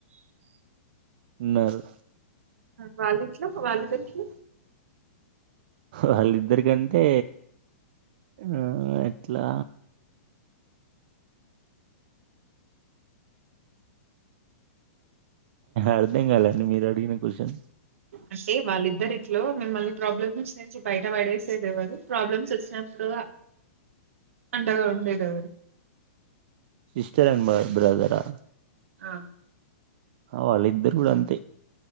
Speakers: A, on the right; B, on the right.
A: ఉన్నారు
B: వాళ్ళు ఎట్లా వాళ్ళిద్దరికీ.
A: వాళ్ళిద్దరికంటే ఆహ్ ఎట్లా. అర్థం కాలండి <unintelligible> మీరు అడిగిన క్వశ్చన్
B: అంటే వాళ్ళిద్దరి ఇట్లో మిమ్మల్ని ప్రాబ్లమ్స్ నుంచి బయట పడేసేది ఎవరు ప్రాబ్లమ్స్ వచ్చినప్పుడు అండగా ఉండేది ఎవరు
A: సిస్టర్ అండ్ మై బ్రదర్ ఆ
B: ఆ
A: అ వాళ్లు ఇద్దరు కూడా అంతే